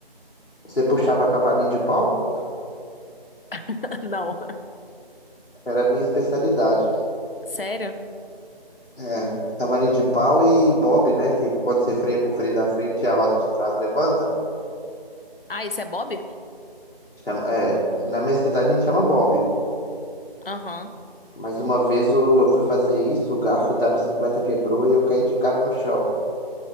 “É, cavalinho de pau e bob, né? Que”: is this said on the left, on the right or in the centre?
Left